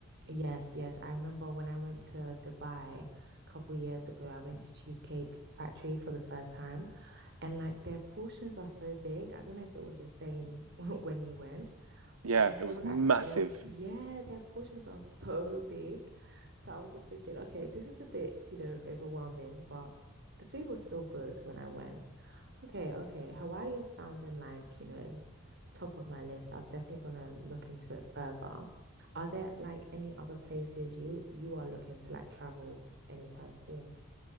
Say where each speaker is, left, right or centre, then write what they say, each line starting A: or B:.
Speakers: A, on the right; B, on the right.
A: Yes, yes. I remember when I went to Dubai a couple years ago, I went to Cheesecake Factory for the first time. And like their portions are so big. I don't know if it was the same <laughs> when you went,
B: Yeah,
A: but I feel
B: it was
A: like
B: massive.
A: their, yeah, their portions are <laughs> so big. So I was just thinking, okay, this is a bit, you know, overwhelming, but the food was still good when I went. Okay, okay. Hawaii is sounding like, you know, top of my list. I'm definitely gonna look into it further. Are there like any other places you you are looking to like travel anytime soon?